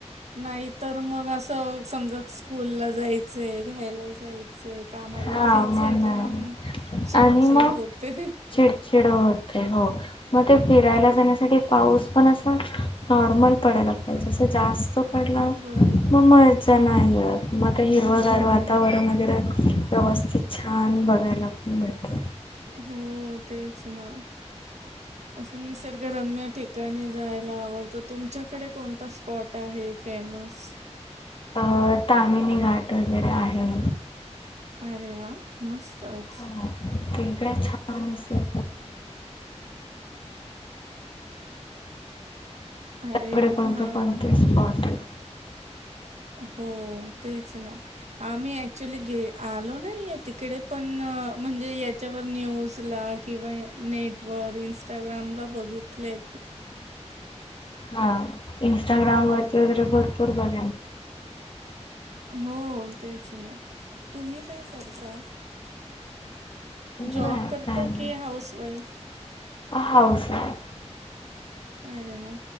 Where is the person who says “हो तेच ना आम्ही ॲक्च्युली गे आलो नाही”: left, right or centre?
Right